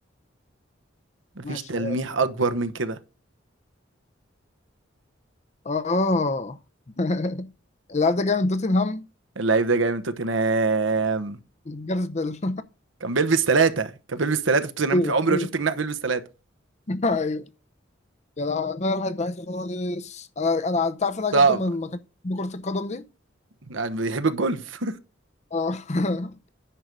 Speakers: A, on the right (about 75°); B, on the left (about 35°).
A: مفيش
B: ماشي
A: تلميح اكبر من كده
B: اه آه. <laughs> اللاعب ده جاي من توتنهام
A: اللعيب ده جاي من توتنهام
B: جارس بيل <laughs>
A: كان بيلبس ثلاثة كان بيلبس ثلاثة في توتنهام
B: ايوه
A: في عمري
B: ايوه
A: ما شفت جناح بيلبس ثلاثة
B: ايوه يا لهوي، انا رايح بعيد خالص انا انا أنت عارف إن انا
A: صعب
B: جبته من مكان كرة القدم دي
A: يعني بيحب الجولف
B: اه <laughs>